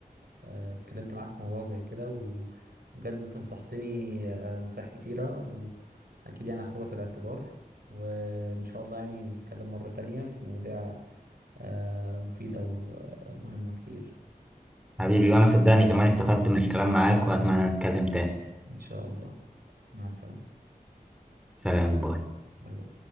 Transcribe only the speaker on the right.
آه، اتكلمت معاك في موضوع زي كده و- وبجد انت نصحتني آه، نصايح كتيرة واكيد يعني هاخدها في الاعتبار وان شاء الله يعني نتكلم مرة تانية في مواضيع آه، مفيدة ومهمة كتير
ان شاء الله مع السلامة
باي باي